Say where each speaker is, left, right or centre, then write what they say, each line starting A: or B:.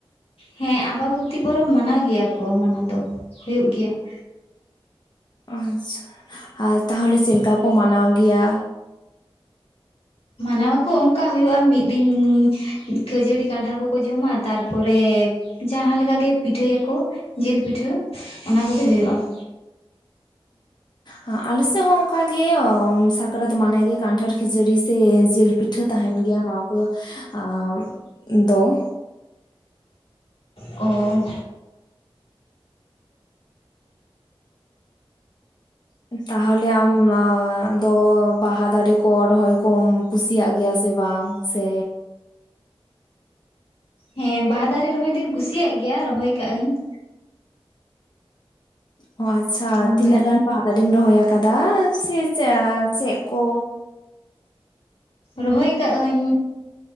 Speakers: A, on the left (about 80°); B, on the left (about 50°).
A: ᱦᱮᱸ ᱟᱢᱵᱟᱵᱚᱛᱤ ᱯᱚᱨᱚᱵᱽ ᱢᱟᱱᱟᱣ ᱜᱮᱭᱟ ᱠᱚ ᱢᱟᱱᱟᱣ ᱫᱚ ᱦᱩᱭᱩᱜ ᱜᱮᱭᱟ ᱾
B: ᱟᱪᱷᱟ ᱟᱨ ᱛᱟᱦᱞᱮ ᱪᱮᱫ ᱞᱮᱠᱟ ᱠᱚ ᱢᱟᱱᱟᱣ ᱜᱮᱭᱟ?
A: ᱢᱟᱱᱟᱣ ᱟᱠᱚ ᱚᱱᱠᱟ ᱦᱩᱭᱩᱜᱼᱟ ᱢᱤᱫ ᱫᱤᱱᱻ ᱠᱷᱟᱹᱡᱟᱹᱲᱤ ᱠᱟᱱᱴᱷᱟᱲ ᱠᱚᱠᱚ ᱡᱚᱢᱟ ᱛᱟᱨᱯᱚᱨᱮ ᱡᱟᱦᱟᱸ ᱞᱮᱠᱟ ᱜᱮ ᱯᱤᱴᱷᱟᱹᱭᱟᱠᱚ ᱾ ᱡᱤᱞ ᱯᱤᱴᱷᱟᱹ ᱚᱱᱟ ᱠᱚᱜᱮ ᱦᱩᱭᱩᱜᱼᱟ ᱾
B: ᱚᱸᱻ ᱟᱞᱮ ᱥᱮᱫ ᱦᱚᱸ ᱚᱱᱠᱟ ᱜᱮ ᱥᱟᱠᱨᱟᱛ ᱢᱟᱱᱮ ᱜᱮ ᱠᱟᱱᱴᱷᱟᱲ ᱠᱷᱟᱡᱟᱹᱲᱤ ᱥᱮ ᱡᱤᱞ ᱯᱤᱴᱷᱟᱹ ᱾ <unintelligible> ᱛᱟᱦᱮᱱ ᱜᱮᱭᱟ ᱱᱚᱣᱟ ᱠᱚ ᱟᱻ ᱫᱚ ᱾
A: ᱚᱻ
B: <unintelligible> ᱛᱟᱦᱚᱞᱮ ᱟᱢᱻ ᱫᱚ ᱵᱟᱦᱟ ᱫᱟᱨᱮ ᱠᱚ ᱨᱚᱦᱚᱭ ᱠᱚᱢ ᱼᱼ ᱠᱩᱥᱤᱭᱟᱜ ᱜᱮᱭᱟ ᱥᱮ ᱵᱟᱝ ᱥᱮ?
A: ᱦᱮᱸ, ᱵᱟᱦᱟ ᱫᱟᱨᱮ ᱨᱚᱦᱚᱭ ᱫᱩᱧ ᱠᱩᱥᱤᱭᱟᱜ ᱜᱮᱭᱟ ᱨᱚᱦᱚᱭ ᱠᱟᱜ ᱟᱹᱧ ᱾
B: ᱚ ᱟᱪᱪᱷᱟ
A: ᱚᱱᱠᱟ
B: ᱛᱤᱱᱟᱹᱜ ᱜᱟᱱ ᱵᱟᱦᱟ ᱫᱟᱨᱮᱢ ᱨᱚᱦᱚᱭ ᱠᱟᱫᱟ ᱥᱮ ᱪᱮ ᱪᱮᱫ ᱠᱚ?
A: ᱨᱚᱦᱚᱭ ᱠᱟᱜ ᱟᱹᱧᱻ